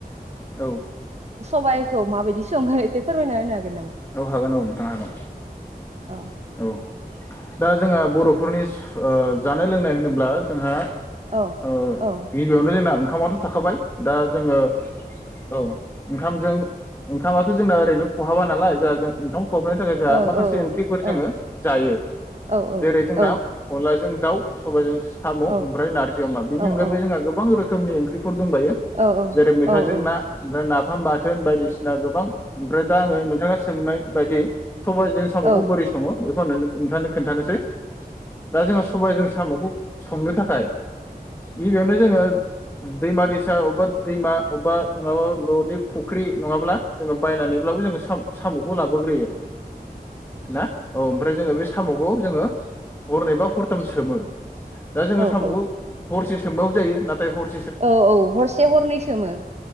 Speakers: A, on the left; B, on the right.
A: औ
B: सबाइखौ माबायदि सङो एसे फोरमायना होनो हागोन नामा?
A: औ हागोन औ नोंथांनो हागोन
B: अ
A: औ दा जोंहा बर'फोरनि ओ जानाय लोंनाय होनोब्ला जोंहा
B: औ
A: ओ
B: औ
A: गिबियावनो जोंना ओंखामाथ' थाखाबाय दा जोङो औ ओंखामजों ओंखामाथ' जोंना ओरैनो ख'हाबा नालाय जोंहा ओंखाम खहाबनायनि थाखाय जोंहा
B: औ
A: माखासे ओंख्रिफोर
B: औ
A: जोङो जायो
B: औ
A: जेरै जोंना
B: औ
A: अनलाजों दाउ सबायजों साम' ओमफ्राय
B: औ
A: नारजि अमा बेनि
B: औ
A: अनगायैबो
B: औ
A: जोंहा गोबां रोखोमनि ओंख्रिफोर दंबायो
B: औ
A: जेरै मैथाजों
B: औ औ
A: ना ओमफ्राय नाफाम बाथोन बायदिसिना गोबां ओमफ्राय दा आङो सोंनाय बायदि सबाइजों साम'खौ
B: औ
A: बोरै सङो बेखौ <unintelligible> नोंथांनो खोन्थानोसै दा जोंहा सबाय जों साम'खौ संनो थाखाय गिबियावनो जोङो दैमा दैसा अबेबा दैमा अबा माबा न'नि फुख्रि नङाब्ला जोङो बायनानैब्लाबो जोङो साम साम'खौ लाबोग्रोयो ना औ ओमफ्राय जोङो बे साम'खौ जोङो हरनैबा हरथाम सोमो दा
B: औ
A: जोङो साम'खौ
B: औ
A: हरसे सोमबाबो जायो नाथाय हर
B: औ औ हरसे हरनै सोमो